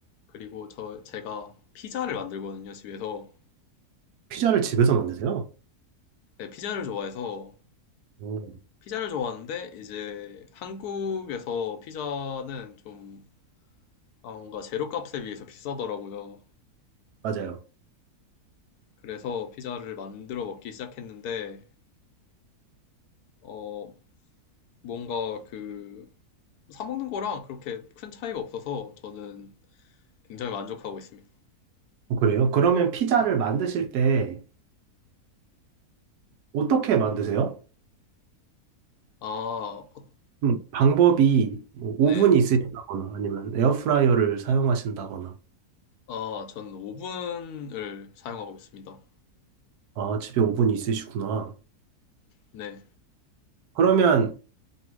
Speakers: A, on the left (about 80°); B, on the right (about 80°).
A: 그리고 저, 제가 피자를 만들거든요, 집에서.
B: 피자를 집에서 만드세요?
A: 네, 피자를 좋아해서,
B: 오,
A: 피자를 좋아하는데, 이제 한국에서 피자는 좀, 아, 뭔가 재료값에 비해서 비싸더라고요.
B: 맞아요.
A: 그래서 피자를 만들어 먹기 시작했는데, 어, 뭔가 그 사 먹는 거랑 그렇게 큰 차이가 없어서 저는 굉장히 만족하고 있습니다.
B: 어, 그래요? 그러면 피자를 만드실 때 어떻게 만드세요?
A: 아, 어,
B: 음, 방법이 뭐
A: 네.
B: 오븐이 네. 있으시다거나 아니면 에어프라이어를 사용하신다거나
A: 아, 저는 오븐을 사용하고 있습니다.
B: 아 집에 오븐이 있으시구나.
A: 네.
B: 그러면